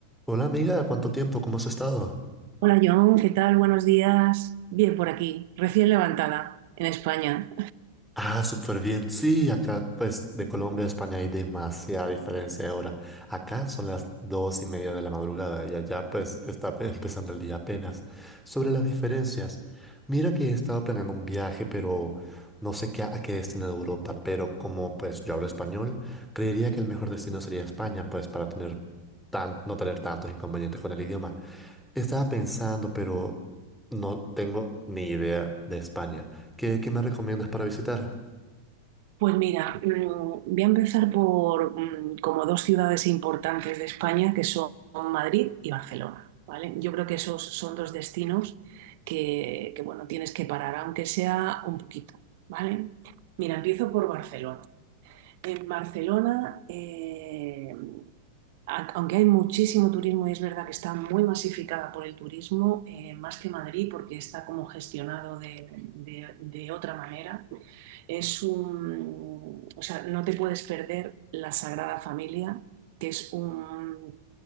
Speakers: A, in the centre; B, on the right.
A: Hola amiga, ¿cuánto tiempo? ¿Cómo has estado?
B: Hola John, ¿qué tal? Buenos días. Bien por aquí, recién levantada en España.
A: Ah, súper bien. Sí, acá pues de Colombia a España hay demasiada diferencia de hora. Acá son las dos y media de la madrugada y allá pues está pe- <laughs> empezando el día apenas. Sobre las diferencias, mira que he estado planeando un viaje, pero no sé qué, a qué destino de Europa, pero como pues yo hablo español, creería que el mejor destino sería España, pues para tener tan, no tener tantos inconvenientes con el idioma. Estaba pensando, pero no tengo ni idea de España. ¿Qué, qué me recomiendas para visitar?
B: Pues mira, mm, voy a empezar por mm, como dos ciudades importantes de España, que son Madrid y Barcelona, ¿vale? Yo creo que esos son dos destinos que, que, bueno, tienes que parar, aunque sea un poquito, ¿vale? Mira, empiezo por Barcelona. En Barcelona, eh, aunque hay muchísimo turismo y es verdad que está muy masificada por el turismo, eh, más que Madrid, porque está como gestionado de, de- de otra manera, es un, o sea, no te puedes perder la Sagrada Familia, que es un,